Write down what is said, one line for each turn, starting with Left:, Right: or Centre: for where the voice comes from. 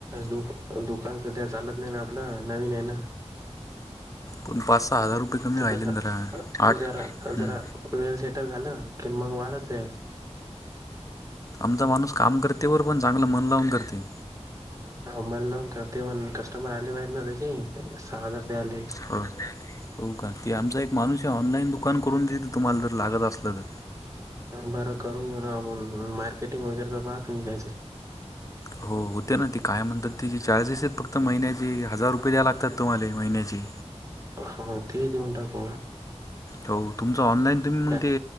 Right: दु दुकान सध्या चालत नाही ना आपलं नवीन आहे ना.
Left: पण पाच सहा हजार रुपये कमी
Right: ते
Left: राहिले
Right: कस
Left: ना जरा आठ
Right: जरा
Left: हम्म
Right: जरा टेल सेटल झालं की मग वाढत. जाईल
Left: आमचा माणूस काम करते वर पण चांगलं मन लावून करते.
Right: हमलला करते म कस्टमर आले बा ना त्यासे सहा हजार आले.
Left: हो हो का तेी आमचा एक माणूस आहे ऑनलाईन दुकान करून देते तुम्हाला जर लागत असलं तर
Right: बरं करून घेऊ ना आपण मार्केटिंग वगैरेच पाहतो काहीतरी
Left: हो होते ना तेी काय म्हणतात तिचेे चार्जेस आहेत फक्त महिन्याचे हजार रुपये द्या लागतात तुम्हाला होनची
Right: हा ते देऊन टाक.
Left: हो तुमचं ऑनलाईन तुम्ही मग
Right: काय
Left: ते